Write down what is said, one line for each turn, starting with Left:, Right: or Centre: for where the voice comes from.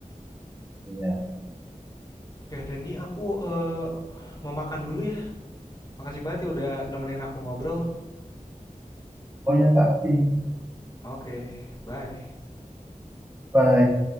Right: iya.
Left: ya Randy aku eh, mau makan dulu ya Makasih banget ya udah nemenin aku ngobrol.
Right: Oh ya Kak Hafi,
Left: Oke, bye.
Right: bye.